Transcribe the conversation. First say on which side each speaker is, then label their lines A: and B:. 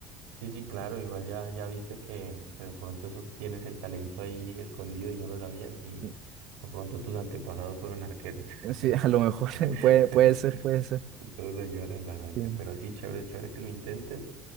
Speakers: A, on the right (about 85°); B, on the right (about 60°).
A: sí, sí, claro, igual ya, ya viste que, que de pronto eso tienes el talento ahí escondido y no lo sabías y
B: <laughs>
A: de pronto tus antepasados fueron arqueros. <laughs>
B: Sí, a lo mejor <laughs>
A: <laughs>
B: puede, puede ser, puede ser.
A: Todo lo llevas en la sangre,
B: Sí,
A: pero sí, chévere, chévere que lo intentes.